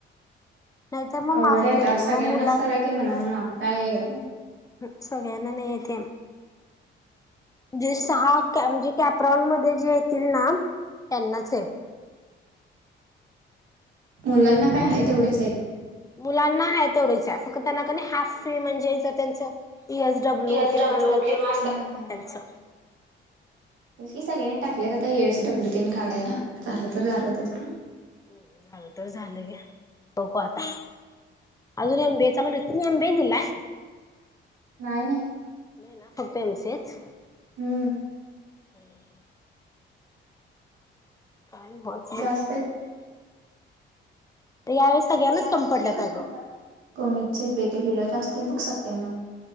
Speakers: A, on the left; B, on the right.
A: नाहीतर मग
B: अवघड
A: माफ
B: आहे
A: नाही
B: आता
A: मग
B: सगळ्यांनाच
A: मुला
B: करा की म्हणावं माफ काय
A: सगळ्यांना नाही येते. जे सहा म्हणजे कॅपरॉन मध्ये जे येतील ना त्यांनाच ये.
B: मुलांना काय हाय तेवढे
A: मुलांना हाय तेवढच हाय. फक्त त्यांना कणय हाफ फी म्हणजे ज त्यांच इ एस डब्ल्यू
B: एस
A: किंवा
B: डब्ल्यू
A: असतात
B: किंवा
A: ब ते त्यांच
B: हा हा तेच की सगळ्यांनी टाकलेत आता ए एस डब्ल्यू तेन काढायला झालं तर झालंच त्यात ना
A: हम् झालं तर झालं गे बघु आत अजून एम डी ए चा तुम्ही एम डी ए केलाय?
B: नाही नाही
A: नाही ना फक्त एम सी ए च.
B: हुं
A: हुं <unintelligible>
B: जास्त
A: बाई यावेळी सगळ्यांनाच
B: यावेळी
A: कमी
B: सगळ्या
A: पडल्यात
B: ना
A: अगं
B: च कमी पडलेत कमी च आहेत‌‌ बई त्या हिला जास् तेन बग सत्यानव